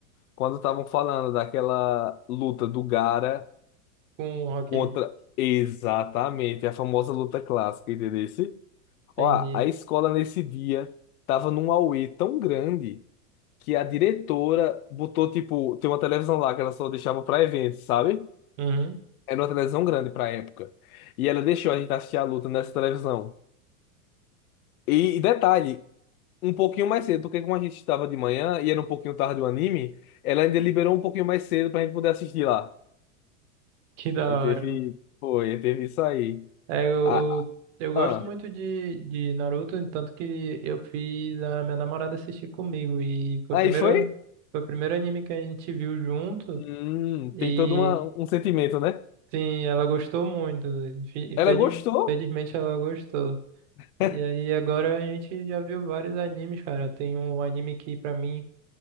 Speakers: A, on the left; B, on the right.
A: Quando estavam falando daquela luta do Gara
B: Com o Rock
A: contra.
B: Lee.
A: Exatamente, a famosa luta clássica, entendeu?
B: Entendi.
A: Ó, a escola nesse dia tava num auê tão grande que a diretora botou, tipo, tem uma televisão lá que ela só deixava pra eventos, sabe?
B: Uhum.
A: Era uma televisão grande pra época. E ela deixou a gente assistir a luta nessa televisão. E, e detalhe, um pouquinho mais cedo, porque como a gente estava de manhã e era um pouquinho tarde o anime, ela ainda liberou um pouquinho mais cedo pra gente poder assistir lá.
B: Que da
A: Aí teve,
B: hora, mano.
A: foi, teve isso aí.
B: É, eu,
A: Ah,
B: eu, eu gosto
A: ah.
B: muito de, de Naruto, tanto que eu fiz a minha namorada assistir comigo. E foi
A: Aí
B: o primeiro,
A: foi?
B: foi o primeiro anime que a gente viu junto.
A: Hum, tem
B: E
A: todo uma, um sentimento, né?
B: sim, ela gostou muito. Infe- infeliz-
A: Ela gostou.
B: Infelizmente ela gostou.
A: <laughs>
B: E aí agora a gente já viu vários animes, cara. Tem um anime que pra mim.